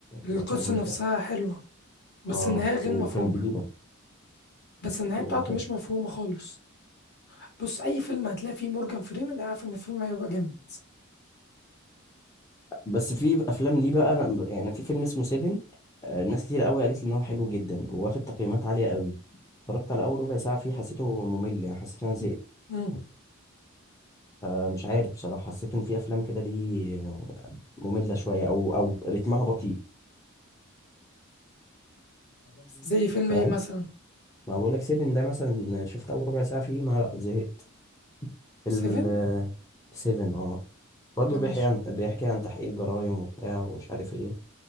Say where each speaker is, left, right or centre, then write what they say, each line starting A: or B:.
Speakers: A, on the left (about 55°); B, on the left (about 15°).
A: القصة
B: لا كان ممتع
A: نفسها حلوة بس
B: اه
A: النهاية غير
B: وكانت
A: مفهومة
B: جديده
A: بس النهاية
B: وكان
A: بتاعته مش مفهومة خالص بص أي فيلم هتلاقي فيه مورجان فريمان أنا عارف إن الفيلم هيبقى جامد
B: بس في افلام ليه بقى انا يعني في فيلم اسمه سيفن آه، ناس كتير قوي قالت لي ان هو حلو جدا وواخد تقييمات عاليه قوي اتفرجت على اول ربع ساعه فيه حسيته ممل يعني حسيت ان انا زهقت
A: مم.
B: فمش عارف بصراحة حسيت إن في أفلام كده دي آه، مملة شوية أو أو رتمها بطيء
A: زي فيلم
B: فاهم
A: إيه مثلا
B: ما بقولك سيفن ده مثلا شفت أول ربع ساعة فيه ما لأ زهقت
A: سيفن
B: ال سيفن اه برضه
A: لا مش
B: بيحكي عن بيحكي عن تحقيق جرايم وبتاع ومش عارف ايه